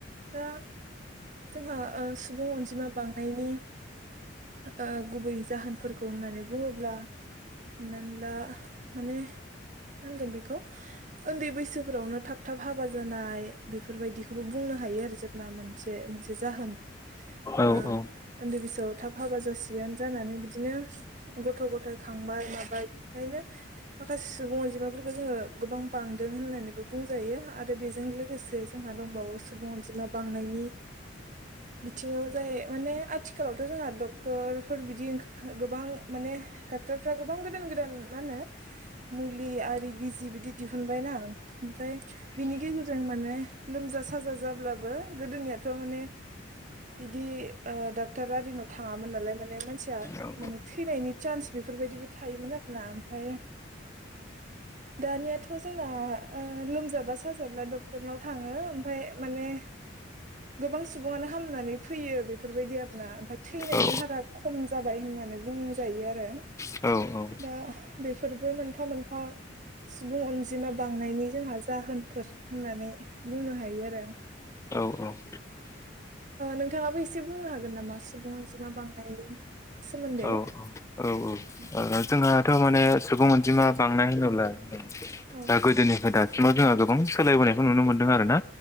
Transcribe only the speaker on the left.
औ
औ
औ
औ औ औ
औ औ
औ औ
जोंहाथ' माने सुबुं अनजिमा बांनाय होनोब्ला
दा गोदोनिफ्राय दासिम जोंहा गोबां सोलायबोनायखौ नुनो मोनदों आरो ना